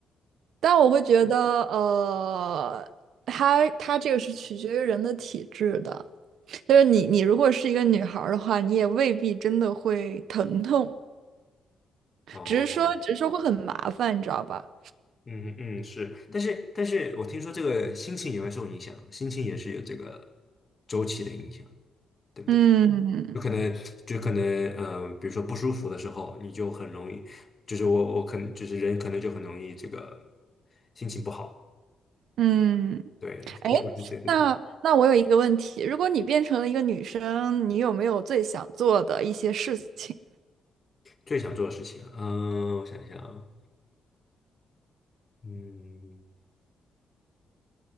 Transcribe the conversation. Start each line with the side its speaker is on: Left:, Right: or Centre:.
Right: 但我会觉得，呃，它它这个是取决于人的体质的。就是你，你如果是一个女孩儿的话，你也未必真的会疼痛，
Left: 哦。
Right: 只是说，只是说会很麻烦，你知道吧？
Left: 嗯嗯是，但是但是我听说这个心情也会受影响，心情也是有这个周期的影响，对不对？
Right: 嗯
Left: 有可能就可能呃，比如说不舒服的时候，你就很容易，就是我我可能就是人可能就很容易这个心情不好，
Right: 嗯，
Left: 对，所以我觉得这个挺
Right: 哎，那那我有一个问题，如果你变成了一个女生，你有没有最想做的一些事情？
Left: 最想做的事情啊嗯、我想一想啊，嗯，